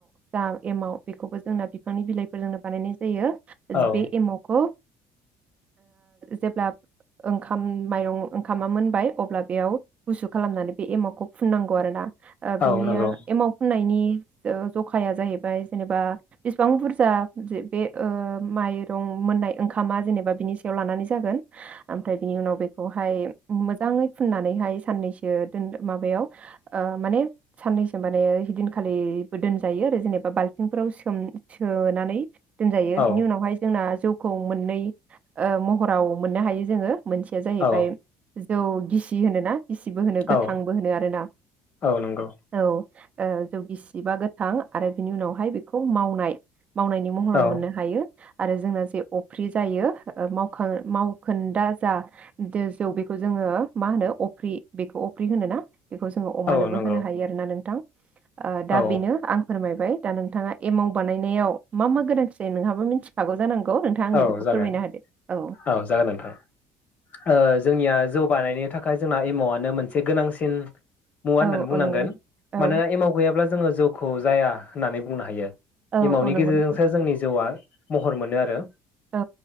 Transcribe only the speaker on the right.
जा एमाव बेखौबो जोंना बिफांनि बिलाइफोरजोंनो बानायनाय जायो
बे एमावखौ जेब्ला ओंखाम माइरं ओंखामा मोनबाय अब्ला बेयाव गुसु खालामनानै बे एमावखौ फुननांगौ आरो ना ओ
बिनिया
एमाव फुननायनि ओ जखाया जाहैबाय जेनेबा बेसेबां बुरजा बे माइरं मोननाय ओंखामा जेनेबा बिनि सायाव लानानै जागोन ओमफ्राय बिनि उनाव बेखौहाय मोजाङै फुननानैहाय साननैसो माबायाव माने साननैसो माने हिदिनखालि दोनजायो आरो जेनेबा बाल्थिंफोराव सोम सोनानै दोनजायो
बिनि उनावहाय जोंना जौ खौ मोननै ओ महराव मोननो हायो जोङो। मोनसेया जाहैबाय
जौ गिसि होनो ना? गिसिबो होनो गोथांबो
होनो आरोना
औ ओ जौ गिसि जिबा गोथां आरो बिनि उनावहाय बेखौ मावनाय मावनायनि महराव
मोननो हायो। आरो जोंङो जे अफ्रि जायो ओ मावखो मावखोन्दा जा जौ बेखौ जोङो मा होनो अफ्रि बेखौ अफ्रि होनोना? बेखौ जोङो अमानोबो
होनो हायो आरोना नोंथां। आ दा
बेनो आं फोरमायबाय बाइ दा नोंथाङा एमाव बानायनायाव मा मा गोनांथि जायो नोंहाबो मिथिखागौ जानांगौ? नोंखौ नोंथां आंनो
बेखौ
फोरमायना होदो औ
औ
औ नंगौ नोंथां। औ
औ
औ नंगौ
नोंथां
औ